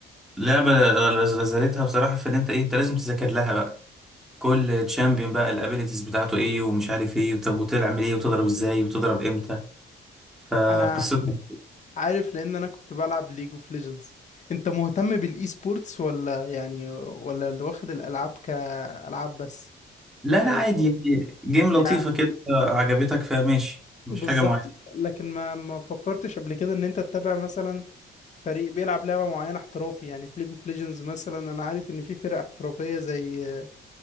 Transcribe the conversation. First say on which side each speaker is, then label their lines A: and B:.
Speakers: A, in the centre; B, on the left (about 35°).
A: لعبه رزلتها بصراحه في ان انت ايه انت لازم تذاكر لها بقى كل تشامبيون بقى الابيليتيز بتاعته ايه ومش عارف ايه طب وتعمل ايه وتضرب ازاي وتضرب امتى فقصته
B: انا عارف لان انا كنت بلعب ليج اوف ليجندز انت مهتم بالاي سبورتس ولا يعني ولا اللي واخد الالعاب كالعاب بس
A: لا
B: يعني
A: لا عادي
B: مف...
A: يعني جيم لطيفه
B: يعني
A: كده عجبتك فماشي مش
B: بالظبط
A: حاجه معينه
B: لكن ما ما فكرتش قبل كده ان انت تتابع مثلا فريق بيلعب لعبة معينة احترافي يعني في ليج اوف ليجندز مثلا انا عارف ان في فرق احترافية زي